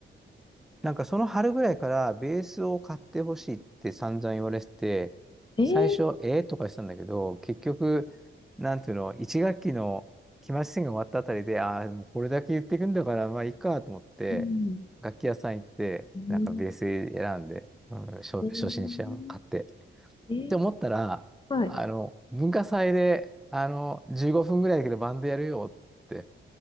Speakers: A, in the centre; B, on the left (about 25°).
A: なんかその春ぐらいからベースを買ってほしいって散々言われてて、
B: えー、
A: 最初、ええとかしたんだけど、結局、なんていうの、一学期の期末試験が終わったあたりで、ああ、もうこれだけ言ってくんだから、まあいいかと思って、
B: うん。
A: 楽器屋さん行って、
B: うん
A: なんかベース選んで、うん、初、
B: えー、
A: 初心者を買って。
B: え
A: って思ったら、
B: ー、はい。
A: あの、文化祭で、あの、15分ぐらいだけどバンドやるよって言って、